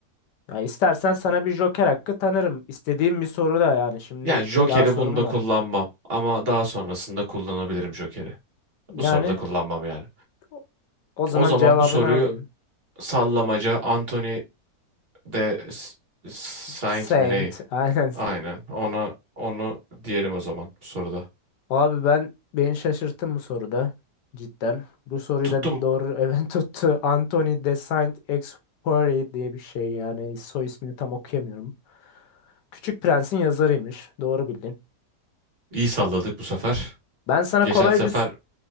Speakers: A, on the left; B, on the right.
A: Ya istersen sana bir joker hakkı tanırım. İstediğim bir soru da yani şimdi
B: Yani Joker'i
A: daha sorum
B: bunda
A: var.
B: kullanmam ama daha sonrasında kullanabilirim Joker'i.
A: Yani
B: Bu soruda kullanmam yani.
A: o o zaman
B: O zaman
A: cevabını
B: bu soruyu
A: alayım.
B: sallamaca Anthony de S- Saint
A: Saint.
B: mi ne?
A: <laughs> Aynen
B: Aynen. Onu onu diyelim o zaman bu soruda.
A: Abi ben beni şaşırttı bu soruda cidden. Bu soruyu
B: Tuttum.
A: da doğru evet <laughs> tuttu. Anthony de Saint-Exupéry diye bir şey yani soy ismini tam okuyamıyorum. Küçük Prens'in yazarıymış. Doğru bildin.
B: İyi salladık bu sefer.
A: Ben sana
B: Geçen
A: kolay
B: sefer
A: bir s-